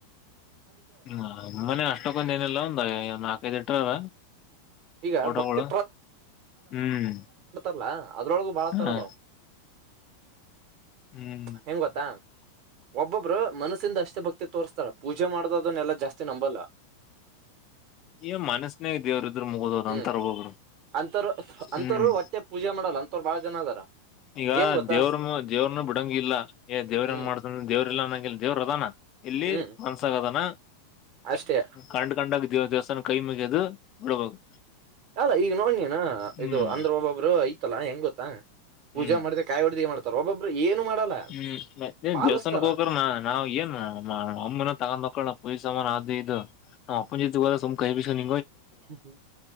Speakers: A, on the left; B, on the right.
A: ಹ್ಮ ಅಮ್ಮನೆ ಅಷ್ಟೊಕ್ಕೊಂದ ಏನಲ್ಲ ಒಂದ ನಾಕೈದು ಇಟ್ರಾರ
B: ಈಗ
A: ಫೋಟೋಗಳು
B: ಭಕ್ತಿ
A: ಹ್ಮ್
B: ಲ್ಲಾ ಅದ್ರೊಳಗು ಬಾಳತ್ತರಾದಾವು
A: ಹಾ ಹ್ಮ್
B: ಹೆಂಗ ಗೊತ್ತಾ ಒಬ್ಬೊಬ್ರು ಮನಸ್ಸಿಂದ ಅಷ್ಟೇ ಭಕ್ತಿ ತೋರಿಸತಾರ ಪೂಜೆ ಮಾಡ್ದ ಅದನ್ನ ಎಲ್ಲಾ ಜಾಸ್ತಿ ನಂಬಲ್ಲಾ.
A: ಈ ಮನಸ್ನೇನಾಗ ದೇವರು ಇದ್ರು ಮುಗದ ಹೋತ
B: ಹ್ಮ್
A: ಅಂತರ್ ಒಬ್ಬೊಬ್ರು
B: ಅಂತರು ಅಂತರು
A: ಹ್ಮ್
B: ಹೊಟ್ಟೆ ಪೂಜೆ ಮಾಡಲ್ಲ ಅಂತವ್ರು ಬಾಳ ಜನ ಅದಾರ
A: ಈಗ
B: ಏನ್ ಗೊತ್ತಾ
A: ದೇವ್ರನು ದೇವ್ರನು ಬಿಡಂಗ ಇಲ್ಲ ದೇವ್ರ
B: ಹ್ಮ್
A: ನ್ ಮಾಡ್ತಂದ್ರ ದೇವ್ರ ಇಲ್ಲ ಅಂಗಲ್ಲ ದೇವ್ರ ಅದಾನ ಎಲ್ಲಿ
B: ಹ್ಮ್
A: ಮನಸ್ಸನ್ನಗಾ ಅದಾನ
B: ಅಷ್ಟೇ
A: ಕಂಡ್ ಕಂಡಾಗ ದೇವ್ ದೇವಸ್ಥಾನ ಕೈ ಮುಗಿದು ನಡಬಹುದು
B: ಅಲ್ಲ ಈಗ ನೋಡ್ ನೀನು
A: ಹ್ಮ್
B: ಇದು ಅಂದ್ರ ಒಬ್ಬೊಬ್ರು ಐತಲ್ಲಾ ಹೆಂಗ ಗೊತ್ತಾ ಪೂಜಾ
A: ಹ್ಮ್
B: ಮಾಡ್ದ ಕಾಯಿ ಹೊಡ್ದ ಮಾಡ್ತಾರ ಒಬ್ಬೊಬ್ರು ಏನು ಮಾಡಲ್ಲ
A: ಹ್ಮ್ ಮತ್ತ ನೀನ್
B: ಪಾಲಿಸ್ತಾರ
A: ದೇವಸ್ಥಾನಕ್ಕೆ ಹೋಗ್ರ ನ ನಾವ್ ಏನ್ ಒಮ್ಮಿನ ತಗೊಂಡ್ ಮಕ್ಕಳ ಪಲೀಸ ಹದು ಇದು ನಮ್ಮಪ್ಪನ ಜೊತೆ ಹೋದರೆ ಸುಮ್ಮನೆ ಕೈಬಿಸ್ಕೊಂಡ್
B: ಹ್ಮ್